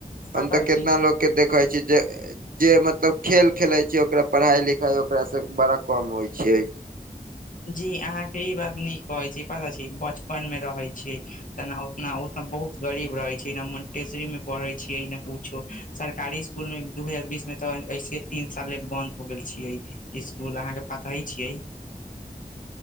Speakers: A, on the left; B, on the right.
A: पता
B: हम तऽ केतना
A: छी।
B: लोकके देखै छी जे। जे मतलब खेल खेलै छियै ओकरा पढ़ाई-लिखाई ओकरासँ बड़ा कम होइ छै।
A: जी अहाँ के ई बात नीक कहै छियै पता छी, बचपन में रहै छी तना। न ओ सब बहुत गरीब रहे छै, मनटेसरी में पढ़े छियै न कुछो, सरकारी। इसकुल मेऊ दू हजार बीस मे तऽ ऐसे तीन साले बन्द हो गेल छियै। इसकूल अहाँ के पता ही छियै।